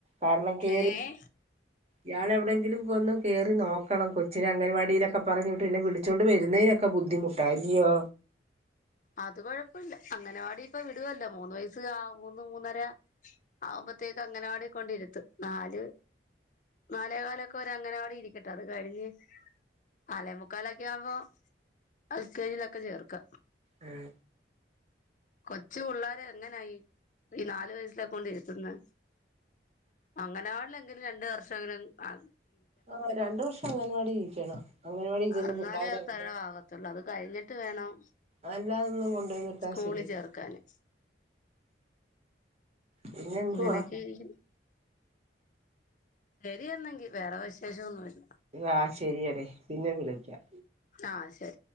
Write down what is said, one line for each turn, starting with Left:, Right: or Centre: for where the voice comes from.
Right: കാരണം കേറി
Left: ഏഹ്
Right: ഇയാൾ എവിടെങ്കിലും ഒന്ന് കേറി നോക്കണം കൊച്ചിനെ അംഗൻവാടിയിലൊക്കെ പറഞ്ഞു വിട്ട് എന്നെ വിളിച്ചോണ്ട് വരുന്നതിനൊക്കെ ബുദ്ധിമുട്ടാ ഇല്ലയോ?
Left: അത് കൊഴപ്പല്ല അങ്ങനവാടി ഇപ്പൊ വിടുവല്ലോ മൂന്ന് വയസ്സ് മൂന്ന് മൂന്നര ആവുമ്പോത്തേക്ക് അങ്ങനവാടി കൊണ്ടിരുത്ത് നാല് നാലേ കാലൊക്കെ ഒരു അങ്ങനവാടി ഇരിക്കട്ടെ അത് കഴിഞ്ഞ് നലേമുക്കാലൊക്കെ ആകുമ്പോ എൽ കെ ജിയിലൊക്കെ ചേർക്ക
Right: ഉം
Left: കൊച്ചു പിള്ളേരെ എങ്ങനായി ഇ നാലു വയസിലൊകെ കൊണ്ട് ഇരുത്തുന്നെ അങ്ങവാണിലെങ്കിലും രണ്ട് വർഷങ്കിലും ആ
Right: ആഹ രണ്ടു വർഷം അംഗൻവാടി ഇരിക്കണം അങ്ങൻവാടി ഇരിക്കന്ന്
Left: എന്നാലേ
Right: പിള്ളോരെക്കെ
Left: അത് തരവാകത്തുള്ളൂ അത് കഴിഞ്ഞിട്ട് വേണം
Right: അല്ലാതൊന്നും കൊണ്ടോയിവിട്ട
Left: സ്കൂളിൽ
Right: ശരിയാവില്ല
Left: ചേർക്കാന്
Right: പിന്നെ എന്തുവാ
Left: അങ്ങനെയൊക്കെ ഇരിക്കുന്നു ശരി എന്നെങ്കി വേറെ വിശേഷം ഒന്നുമില്ല
Right: ആ ശരിയടി പിന്നെ വിളിക്കാം
Left: ആഹ് ശരി